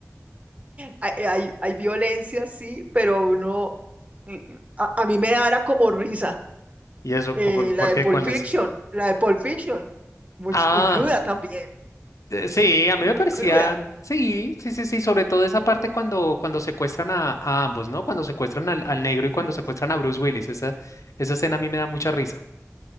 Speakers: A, on the right; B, on the left.
A: hay, hay, hay violencia, sí, pero uno, mm, a, a mí me da era como risa,
B: ¿Y eso,
A: eh,
B: por, por
A: la de
B: qué?
A: Pulp
B: ¿Cuál
A: Fiction,
B: es?
A: la de Pulp Fiction, muy,
B: Ah,
A: muy cruda también,
B: Eh, Sí, a mí
A: muy,
B: me
A: muy
B: parecían,
A: cruda.
B: sí, sí, sí, sí, sobre todo esa parte cuando, cuando secuestran a, a ambos, ¿no? Cuando secuestran al, al negro y
A: Mm.
B: cuando secuestran a Bruce Willis, esa, esa escena a mí me da mucha risa.